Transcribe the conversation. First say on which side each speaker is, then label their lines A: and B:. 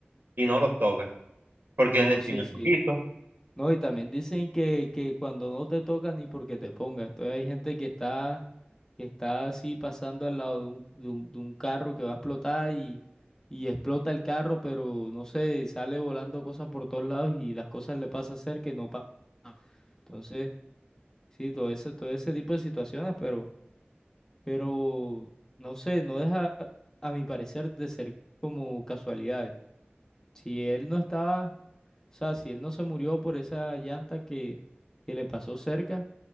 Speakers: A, on the right (about 60°); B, on the left (about 15°).
A: y no los toca, porque
B: no,
A: el destino
B: sí,
A: es
B: sí.
A: poquito.
B: No, y también dicen que, que cuando no te toca ni porque te pongas. Entonces hay gente que está, que está así pasando al lado de un, de un, de un carro que va a explotar y, y explota el carro, pero no sé, sale volando cosas por todos lados y las cosas le pasa a ser que no pasa. Entonces, sí, todo ese, todo ese tipo de situaciones, pero. pero no sé, no deja, a mi parecer, de ser como casualidades. Si él no estaba, o sea, si él no se murió por esa llanta que, que le pasó cerca,